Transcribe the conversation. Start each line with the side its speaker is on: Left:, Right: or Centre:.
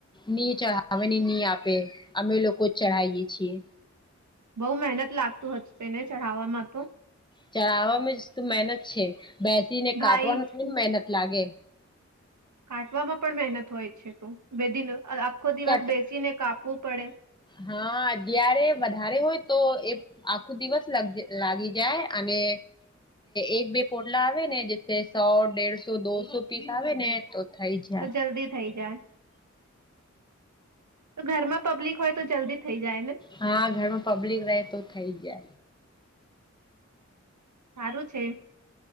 Left: ની ચાવ ને ની આપે અમે લોકો જ ચઢાવીએ છીએ.
Right: બઉ મહેનત લાગતું હત તેને ચઢાવવામાં તો?
Left: ચડવામાં જ મહેનત છે બેસીને કાટવાનું
Right: ભાઈ
Left: થોડીને મહેનત લાગે.
Right: કાટવામાં પણ મહેનત હોય છે તો બે દ આખો દિવસ
Left: કટ
Right: બેસીને કાપવું પડે.
Left: હા અત્યારે વધારે હોય તો એ આખું દિવસ લાગી જાય અને એક બે પોટલા આવે ને જે સો દેડસો દોસો પીસ આવે ને તો થઈ જાય.
Right: તો જલ્દી થઈ જાય તો ઘરમાં પબ્લિક હોય તો જલ્દી થઈ જાય ને?
Left: હા ઘરમાં પબ્લિક રહે તો થઈ જાય.
Right: સારું છે.